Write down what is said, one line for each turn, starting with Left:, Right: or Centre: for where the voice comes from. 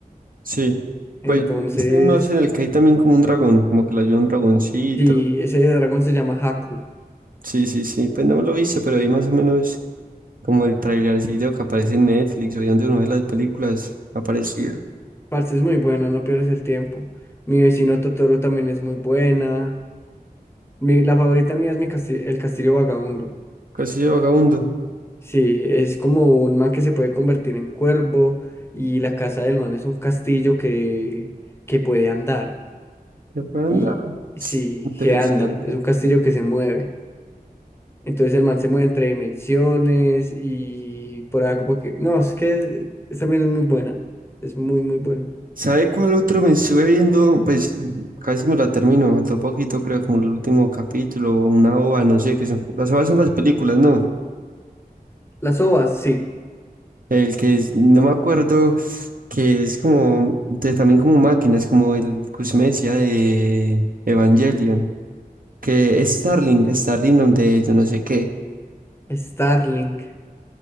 Right: Sí.
Left: Entonces,
Right: Pues este no es en el que hay también como un dragón, como que le ayuda un dragoncito.
Left: sí, ese dragón se llama Haku.
Right: Sí, sí, sí. Pues no me lo hice, pero ahí más o menos como el trailercillo que aparece en Netflix o donde una de las películas ha aparecido.
Left: Parce, es muy buena, no pierdes el tiempo. Mi vecino Totoro también es muy buena. Mi, la favorita mía es mi casti- El Castillo Vagabundo.
Right: Casi de vagabundo.
Left: Sí, es como un man que se puede convertir en cuervo y la casa del man es un castillo que, que puede andar.
Right: ¿Qué fue, anda?
Left: Y sí,
Right: Interesante.
Left: que anda, es un castillo que se mueve. Entonces el man se mueve entre dimensiones y por ahí como que... No, es que es- es- también es muy buena. Es muy, muy buena.
Right: ¿Sabe cuál otro me estuve viendo? Pues casi me lo termino, faltó poquito, creo, como el último capítulo o una ova, no sé, que son, las ovas son las películas, ¿no?
Left: Las ovas, sí.
Right: El que es- no me acuerdo, que es como, de, también como máquinas, como el que usted me decía de Evangelion, que es Starling, Starling donde yo no sé qué,
Left: Starlink,